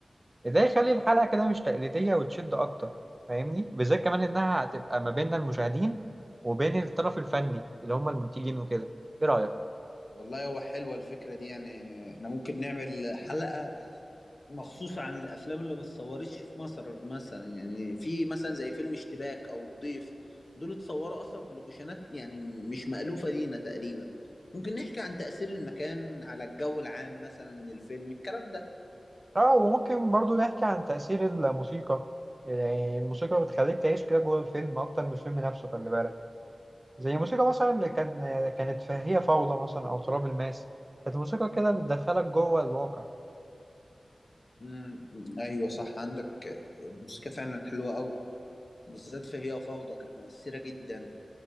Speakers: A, on the right; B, on the left.
A: ده يخلي الحلقة كده مش تقليدية وتشد أكتر فاهمني بالذات كمان إنها هتبقى ما بين المشاهدين وبين الطرف الفني اللي هم المنتجين وكده ايه رأيك
B: والله هو حلوة الفكرة دي يعني احنا ممكن نعمل حلقة مخصوصة عن الأفلام اللي ما اتصورتش في مصر مثلا يعني في مثلا زي فيلم اشتباك أو الضيف دول اتصوروا أصلا في لوكيشنات يعني مش مألوفة لينا تقريبا ممكن نحكي عن تأثير المكان على الجو العام مثلا للفيلم الكلام ده
A: اه وممكن برضو نحكي عن تأثير الموسيقى يعني الموسيقى بتخليك تعيش كده جوه الفيلم أكتر من الفيلم نفسه خلي بالك زي الموسيقى مثلا اللي كان كانت في هي فوضى مثلا أو تراب الماس كانت الموسيقى كده بتدخلك جوه الواقع
B: امم أيوة صح عندك الموسيقى فعلا حلوة أوي بالذات في هي فوضى كانت مؤثرة جدا